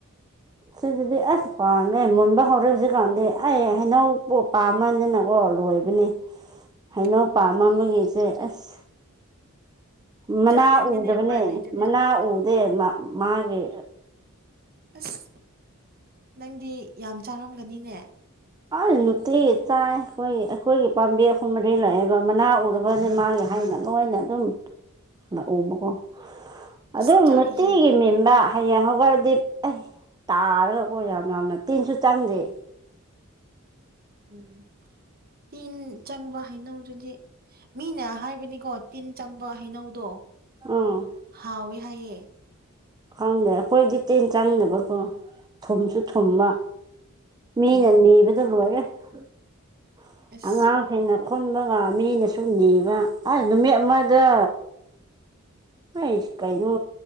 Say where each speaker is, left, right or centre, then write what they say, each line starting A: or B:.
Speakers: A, on the right (about 20°); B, on the right (about 45°).
A: ꯁꯤꯗꯗꯤ ꯑꯁ ꯄꯥꯝꯃꯦ ꯃꯨꯟꯕ ꯍꯧꯔꯦ ꯍꯧꯖꯤꯛꯀꯥꯟꯗꯤ ꯑꯩ ꯍꯩꯅꯧ ꯄꯥꯝꯃꯅꯤ ꯅꯪ ꯑꯣ ꯂꯣꯏꯕꯅꯤ
B: <unintelligible>
A: ꯍꯩꯅꯧꯄꯥ ꯑꯃꯒꯤꯁꯦ ꯑꯁ ꯃꯅꯥ
B: ꯆꯥꯅꯤꯡꯉꯤꯅꯦ
A: ꯎꯗꯕꯅꯦ
B: ꯎꯄꯥꯏ ꯂꯩꯇꯦꯅꯦ
A: ꯃꯅꯥ ꯎꯗꯦ ꯃꯥꯒꯤ
B: ꯑꯁ ꯅꯪꯗꯤ ꯌꯥꯝ ꯆꯥꯔꯝꯒꯅꯤꯅꯦ
A: ꯑ ꯅꯨꯡꯇꯤ ꯆꯥꯏ ꯑꯩꯈꯣꯏꯒꯤ ꯑꯩꯈꯣꯏꯒꯤ ꯄꯥꯝꯕꯤ ꯑꯍꯨꯝ ꯃꯔꯤ ꯂꯥꯛꯑꯦꯕ ꯃꯅꯥ ꯎꯗꯕꯅꯦ ꯃꯥꯒꯤ ꯍꯥꯏꯅ ꯂꯣꯏꯅ ꯑꯗꯨꯝ ꯂꯎꯕꯀꯣ
B: ꯑꯁ
A: ꯑꯗꯨꯝ
B: ꯆꯥꯛꯏꯍꯦ
A: ꯅꯨꯡꯇꯤꯒꯤ ꯏ ꯃꯦꯝꯕ ꯍꯌꯦꯡ ꯍꯧꯒꯠꯂꯗꯤ ꯑꯩ ꯇꯥꯔꯒꯀꯣ ꯌꯥꯝ ꯌꯥꯝꯅ ꯇꯤꯟꯁꯨ ꯆꯪꯗꯦ
B: ꯎꯝ ꯇꯤꯟ ꯆꯪꯕ ꯍꯩꯅꯧꯗꯨꯗꯤ ꯃꯤꯅ ꯍꯥꯏꯕꯅꯤꯀꯣ ꯇꯤꯟ ꯆꯪꯕ ꯍꯩꯅꯧꯗꯣ
A: ꯑꯥ
B: ꯍꯥꯎꯋꯤ ꯍꯥꯏꯌꯦ
A: ꯈꯪꯗꯦ ꯑꯩꯈꯣꯏꯗꯤ ꯇꯦꯟ ꯆꯪꯗꯕꯀꯣ ꯊꯨꯝꯁꯨ ꯊꯨꯝꯕ
B: ꯎꯝ ꯎꯝ
A: ꯃꯤꯅ ꯅꯤꯕꯗ ꯂꯣꯏꯔꯦ꯫ <unintelligible>
B: ꯑꯁ
A: ꯍꯦꯟꯅ ꯈꯨꯟꯕ ꯉ ꯃꯤꯅ ꯁꯨꯝ ꯅꯦꯕ ꯑꯁ ꯅꯨꯃꯤꯠ ꯑꯃꯗ ꯑꯩ ꯀꯩꯅꯣ